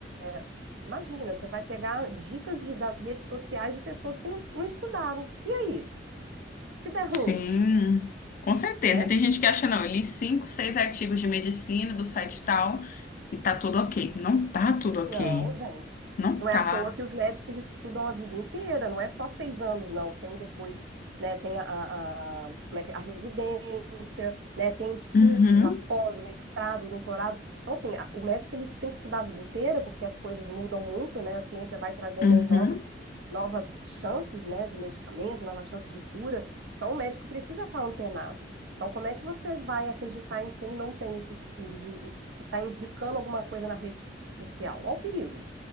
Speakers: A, on the right; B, on the left.
A: é, Imagina, você vai pegar dicas de- das redes sociais de pessoas que não, não estudaram. E aí? Se der
B: Sim,
A: ruim,
B: com certeza.
A: né?
B: E tem gente que acha, não, eu li cinco, seis artigos de medicina do site tal e tá tudo ok. Não tá tudo ok.
A: Não, gente.
B: Não
A: Não
B: tá.
A: é à toa que os médicos estudam a vida inteira, não é só seis anos, não. Tem depois, né? Tem a, a- a- como é que, é? a residência, né? Tem os cursos
B: Uhum,
A: após o mestrado, o doutorado. Então, assim, a- o médico ele tem que estudar a vida inteira, porque as coisas mudam muito, né? A ciência vai trazendo
B: uhum.
A: aí novas, novas chances, né? De medicamento, novas chances de cura. Então, o médico precisa estar antenado. Então, como é que você vai acreditar em quem não tem esse estudo, de, que está indicando alguma coisa na rede social, ao perigo.